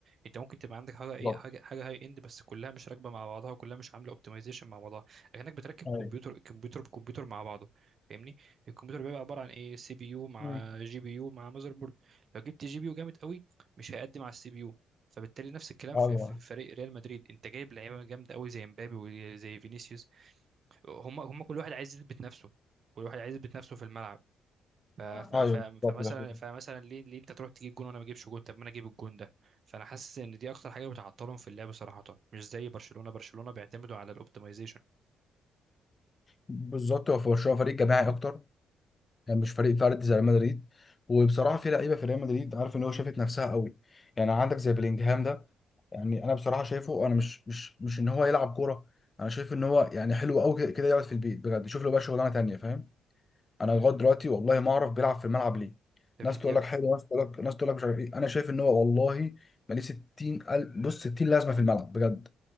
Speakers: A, on the right; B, on the left.
A: أنت ممكن تبقى عندك حاجة إيه
B: بالظبط
A: حاجة حاجة هاي إند بس كلها مش راكبة مع بعضها وكلها مش عاملة أوبتمايزيشن مع بعضها لكنك بتركب
B: ايوه
A: كمبيوتر كمبيوتر بكمبيوتر مع بعضه فاهمني الكمبيوتر بيبقى عبارة عن إيه سي بي يو مع
B: مم.
A: جي بي يو مع ماذر بورد لو جبت جي بي يو جامد قوي مش هيقدم على السي بي يو فبالتالي نفس الكلام
B: ايوه
A: في في فريق ريال مدريد انت جايب لعيبه جامده قوي زي مبابي وزي فينيسيوس هم هم كل واحد عايز يثبت نفسه كل واحد عايز يثبت نفسه في الملعب ف- ف-
B: ايوه
A: ف-
B: بالظبط
A: فمثلا
B: ده حقيقي.
A: فمثلا ليه ليه انت تروح تجيب جون وانا ما اجيبش جون طب ما انا اجيب الجون ده فانا حاسس ان دي اكتر حاجه بتعطلهم في اللعب صراحه مش زي برشلونه برشلونه بيعتمدوا على الاوبتمايزيشن
B: بالظبط هو في برشلونه فريق جماعي اكتر يعني مش فريق فردي زي ريال مدريد وبصراحه في لعيبه في ريال مدريد عارف ان هو شافت نفسها قوي يعني عندك زي بلينجهام ده يعني انا بصراحه شايفه انا مش مش مش ان هو يلعب كوره انا شايف ان هو يعني حلو قوي كده كده يقعد في البيت بجد يشوف له بقى شغلانه تانيه فاهم انا لغايه دلوقتي والله ما اعرف بيلعب في الملعب ليه
A: طب
B: ناس
A: يا
B: تقول
A: ب-
B: لك حلو ناس تقول لك ناس تقول لك مش عارف ايه انا شايف ان هو والله ماليه 60 قل- بص 60 لازمه في الملعب بجد